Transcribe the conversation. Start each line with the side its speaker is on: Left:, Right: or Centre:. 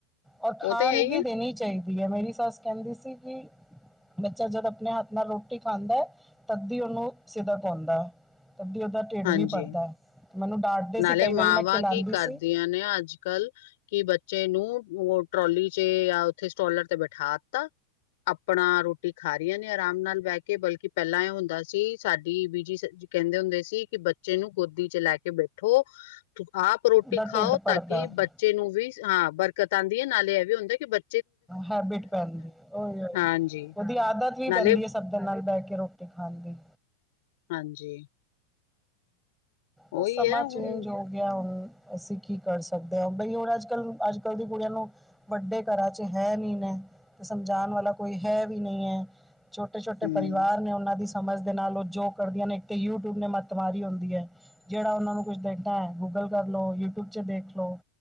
Centre: ਔਰ ਖਾਣ
Left: ਉਹ ਤੇ ਹੈ ਹੀ
Centre: ਵੀ
Left: ਹੈ।
Centre: ਦੇਣੀ ਚਾਹੀਦੀ ਹੈ, ਮੇਰੀ ਬਸ ਕਹਿੰਦੀ ਸੀ ਕਿ ਬੱਚਾ ਜਦ ਆਪਣੇ ਹੱਥ ਨਾਲ ਰੋਟੀ ਖਾਂਦਾ ਤਦ ਹੀ ਉਹਨੂੰ ਸਿਦਾ ਪਾਉਂਦਾ ਐ। ਅਤੇ ਦੀ ਉਹਦਾ ਢਿੱਡ
Left: ਹਾਂਜੀ
Centre: ਵੀ ਭਰਦਾ। ਡਾਂਟਦੇ
Left: ਨਾਲੇ
Centre: ਸੀ ਕਈ
Left: ਮਾਵਾਂ
Centre: ਵਾਰੀ ਮੈਂ ਖਿਲਾਉਂਦੀ
Left: ਕੀ ਕਰਦੀਆਂ
Centre: ਸੀ
Left: ਨੇ ਅੱਜ- ਕੱਲ੍ਹ ਕੀ ਬੱਚੇ ਨੂੰ ਉਹ ਟਰੋਲੀ ਚ ਜਾਂ ਉੱਥੇ ਸਟੋਲਰ ਤੇ ਬੈਠਾ ਦਿੱਤਾ ਆਪਣਾ ਰੋਟੀ ਖਾ ਰੀਆਂ ਨੇ ਆਰਾਮ ਨਾਲ ਬਹਿ ਕੇ ਬਲਕਿ ਪਹਿਲਾਂ ਇਹ ਹੁੰਦਾ ਸੀ ਸਾਡੀ ਬੀਜੀ ਕਹਿੰਦੇ ਹੁੰਦੇ ਸੀ ਕਿ ਬੱਚੇ ਨੂੰ ਗੋਦੀ ਚ ਲੈ ਕੇ ਬੈਠੋ ਤੇ ਆਪ ਰੋਟੀ
Centre: ਉਹਦਾ
Left: ਖਾਓ
Centre: ਢਿੱਡ ਭਰਦਾ
Left: ਤਾਂ ਕਿ
Centre: ਹੈ
Left: ਬੱਚੇ ਨੂੰ ਵੀ ਹਾਂ ਬਰਕਤ ਆਂਦੀ ਹੈ, ਨਾਲੇ ਇਹ ਵੀ ਹੁੰਦਾ ਕਿ ਬੱ
Centre: ਹੈਬਿਟ ਪੈਂਦੀ ਹੈ ਉਹੀ -ਉਹੀ
Left: ਹਾਂਜੀ
Centre: ਉਹਦੀ ਆਦਤ ਵੀ
Left: ਨਾਲੇ
Centre: ਪੈਂਦੀ ਹੈ ਸਾਡੇ ਨਾਲ ਬਹਿ ਕੇ। ਕੇ ਰੋਟੀ ਖਾਂਦੀ
Left: ਹਾਂਜੀ,
Centre: ਬਸ
Left: ਉਹੀ
Centre: ਸਮਾਂ
Left: ਹੈ ਹੁਣ
Centre: ਚੇਂਜ ਹੋ ਗਿਆ ਹੁਣ ਅਸੀਂ ਕੀ ਕਰ ਸਕਦੇ ਹਾਂ ਬਈ ਹੋਰ ਅੱਜ -ਕੱਲ- ਅੱਜ -ਕੱਲ੍ਹ ਦੀ ਕੁੜੀਆਂ ਨੂੰ ਵੱਡੇ ਘਰਾਂ ਚ ਹੈ ਨਹੀਂ ਨੇ ਤੇ ਸਮਝਾਣ ਵਾਲਾ ਕੋਈ ਹੈ ਵੀ ਨਹੀਂ ਹੈ। ਛੋਟੇ -ਛੋਟੇ
Left: ਹਮ
Centre: ਪਰਿਵਾਰ ਨੇ ਉਹਨਾਂ ਦੀ ਸਮਝ ਦੇ ਨਾਲ ਉਹ ਜੋ ਕਰਦੀਆਂ ਨੇ ਇੱਕ ਤੇ ਯੂਟਿਊਬ ਨੇ ਮੱਤ ਮਾਰੀ ਹੁੰਦੀ ਹੈ ਜਿਹੜਾ ਉਹਨਾਂ ਨੂੰ ਕੁਛ ਦੇਖਣਾ ਹੈ ਗੂਗਲ ਕਰ ਲਉ ਯੂਟਿਊਬ ਚ ਦੇਖ ਲਓ।